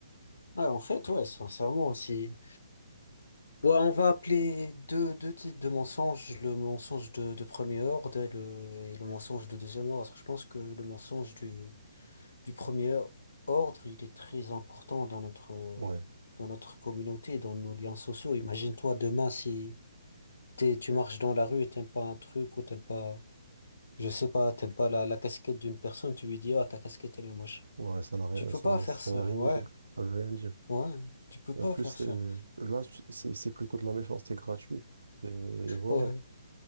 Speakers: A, on the left (about 70°); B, on the right (about 70°).
A: Ouais, en fait, ouais, sincèrement, si, Ouais, on va appeler deux, deux types de mensonges, le mensonge de, de premier ordre et le, et le mensonge de deuxième ordre. Je pense que le mensonge du, du premier ordre, il est très important dans notre,
B: Ouais,
A: dans notre communauté, dans nos liens sociaux. Imagine-toi demain si t'es, tu marches dans la rue et t'aimes pas un truc ou t'aimes pas, je sais pas, t'aimes pas la, la casquette d'une personne, tu lui dis, ah, ta casquette, elle est moche.
B: ouais, ça n'a rien,
A: Tu peux
B: ça,
A: pas faire
B: ça
A: ça,
B: veut rien
A: ouais,
B: dire. Ça veut rien dire.
A: ouais, tu peux
B: Et
A: pas
B: en plus,
A: faire
B: c'est,
A: ça,
B: là, c'est c'est plutôt de la méchanceté gratuite. Et, et voilà.
A: ouais,